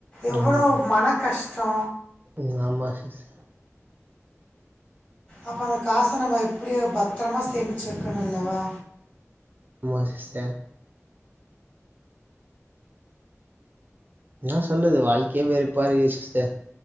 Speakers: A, on the left (about 25°); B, on the right (about 40°).
A: எவ்ளோ
B: ஆமா
A: மனக்கஷ்டோ
B: ம் ஆமா சிஸ்சர்
A: அப்போ அந்த காச நம்ம எப்டியோ பத்தரமா சேமிச்சி வெக்கணுல்லவா
B: ஆமா சிஸ்டர் என்ன சொல்றது வாழ்க்கையே வெருப்பா இருக்குது சிஸ்டர்